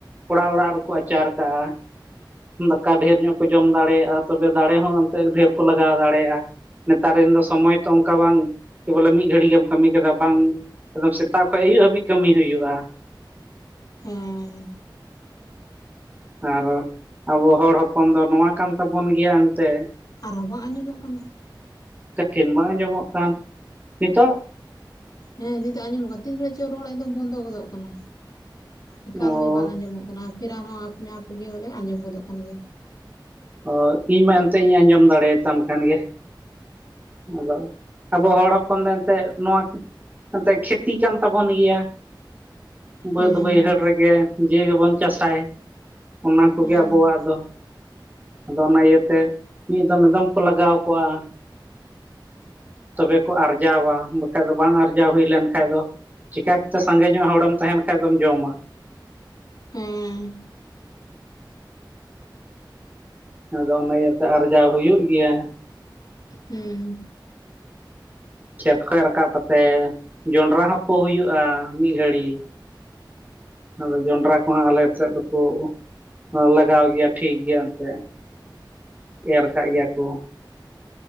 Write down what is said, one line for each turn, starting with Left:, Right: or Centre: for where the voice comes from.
Right: ᱚᱲᱟᱜ ᱚᱲᱟᱜ ᱨᱮᱠᱚ ᱟᱪᱟᱨ ᱠᱟᱜᱼᱟ ᱫᱟᱠᱟ ᱰᱷᱮᱨ ᱧᱚᱜ ᱠᱚ ᱡᱚᱢ ᱫᱟᱲᱮᱭᱟᱜᱼᱟ ᱛᱚᱵᱮ ᱫᱟᱲᱮ ᱦᱚᱸ ᱮᱱᱛᱮᱜ ᱰᱷᱮᱨ ᱠᱚ ᱞᱟᱜᱟᱣ ᱫᱟᱲᱮᱭᱟᱜᱼᱟ ᱱᱮᱛᱟᱨ ᱨᱮᱱ ᱫᱚ ᱥᱚᱢᱚᱭ ᱛᱚ ᱚᱱᱠᱟ ᱵᱟᱝ ᱠᱮ ᱵᱚᱞᱮ ᱢᱤᱫ ᱜᱷᱟᱹᱲᱤᱡ ᱜᱮᱢ ᱠᱟᱹᱢᱤ ᱠᱟᱫᱟ ᱵᱟᱝ ᱮᱫᱚᱢ ᱥᱮᱛᱟᱜ ᱠᱷᱚᱱ ᱟᱹᱭᱩᱵ ᱦᱟᱹᱵᱤᱡ ᱠᱟᱹᱢᱤ ᱦᱩᱭᱩᱜᱼᱟ
Left: ᱦᱮᱸ
Right: ᱟᱨ ᱟᱵᱚ ᱦᱚᱲ ᱦᱚᱯᱚᱱ ᱫᱚ ᱱᱚᱣᱟ ᱠᱟᱱ ᱛᱟᱵᱚᱱ ᱜᱮᱭᱟ ᱮᱱᱛᱮ
Left: ᱟᱨᱦᱚᱸ ᱵᱟᱝ ᱟᱸᱡᱚᱢᱚᱜ ᱠᱟᱱᱟ
Right: ᱠᱚᱴᱷᱤᱱ ᱵᱟᱝ ᱟᱸᱡᱚᱢᱚᱜ ᱠᱟᱱ ᱱᱤᱛᱚᱜ
Left: ᱦᱮᱸ ᱱᱤᱛᱚᱜ ᱟᱸᱡᱚᱢᱚᱜ ᱠᱟᱱᱟ ᱛᱤᱱ ᱜᱷᱟᱹᱲᱤᱡ ᱪᱚ ᱨᱚᱲ ᱮᱠᱫᱚᱢ ᱵᱚᱱᱫᱚ ᱜᱚᱫᱚᱜ ᱠᱟᱱᱟ ᱮᱠᱟᱞᱜᱮ
Right: ᱚ
Left: ᱵᱟᱝ ᱟᱸᱡᱚᱢᱚᱜ ᱠᱟᱱᱟ ᱯᱷᱤᱨ ᱟᱨᱦᱚᱸ ᱟᱯᱱᱟ ᱟᱯ ᱜᱮ ᱵᱚᱞᱮ ᱟᱸᱡᱚᱢ ᱜᱚᱫᱚᱜ ᱠᱟᱱ ᱜᱮᱭᱟ
Right: ᱚ ᱤᱧ ᱢᱟ ᱮᱱᱛᱮᱜ ᱤᱧ ᱟᱸᱡᱚᱢ ᱫᱟᱲᱮᱭᱟᱛᱟᱢ ᱠᱟᱱ ᱜᱮ ᱟᱫᱚ ᱟᱵᱚ ᱦᱚᱲ ᱦᱚᱯᱚᱱ ᱫᱚ ᱮᱱᱛᱮᱫ ᱱᱚᱣᱟ ᱮᱱᱛᱮᱫ ᱠᱷᱮᱛᱤ ᱠᱟᱱ ᱛᱟᱵᱚᱱ ᱜᱮᱭᱟ ᱵᱟᱹᱫᱽ
Left: ᱦᱮᱸ
Right: ᱵᱟᱹᱭᱦᱟᱹᱲ ᱨᱮᱜᱮ ᱡᱤᱣᱤ ᱜᱮᱵᱚᱱ ᱪᱟᱥᱟᱭ ᱚᱱᱟ ᱠᱚᱜᱮ
Left: ᱦᱮᱸ
Right: ᱟᱵᱚᱣᱟᱜ ᱫᱚ ᱟᱫᱚ ᱚᱱᱟ ᱤᱭᱟᱹᱛᱮ ᱢᱤᱫ ᱫᱚᱢ ᱫᱚᱢᱮ ᱠᱚ ᱞᱟᱜᱟᱣ ᱠᱚᱜᱼᱟ ᱛᱚᱵᱮ ᱠᱚ ᱟᱨᱡᱟᱣᱟ ᱵᱟᱠᱷᱟᱡ ᱫᱚ ᱵᱟᱝ ᱟᱨᱡᱟᱣ ᱦᱩᱭ ᱞᱮᱱᱠᱷᱟᱱ ᱫᱚ ᱪᱤᱠᱟ ᱠᱟᱛᱮᱜ ᱥᱟᱸᱜᱮ ᱧᱚᱜ ᱦᱚᱲᱮᱢ ᱛᱟᱦᱮᱱ ᱠᱷᱟᱱ ᱫᱚᱢ ᱡᱚᱢᱟ
Left: ᱦᱮᱸ
Right: ᱟᱫᱚ ᱚᱱᱟ ᱤᱭᱟᱹᱛᱮ ᱟᱨᱡᱟᱣ ᱦᱩᱭᱩᱜ ᱜᱮᱭᱟ
Left: ᱦᱮᱸ
Right: ᱠᱷᱮᱛ ᱠᱷᱚᱸᱡ ᱨᱟᱠᱟᱵ ᱠᱟᱛᱮᱜ ᱡᱚᱸᱰᱨᱟ ᱦᱚᱸ ᱯᱚ ᱦᱩᱭᱩᱜᱼᱟ ᱢᱤᱫ ᱜᱷᱟᱹᱲᱤ ᱟᱫᱚ ᱡᱚᱱᱰᱨᱟ ᱠᱚᱦᱚᱸ ᱟᱞᱮ ᱥᱮᱫ ᱫᱚᱠᱚ ᱦᱚᱸ ᱞᱟᱜᱟᱣ ᱜᱮᱭᱟ ᱴᱷᱤᱠ ᱜᱮᱭᱟ ᱮᱱᱛᱮᱫ ᱮᱨ ᱠᱟᱜ ᱜᱮᱭᱟ ᱠᱚ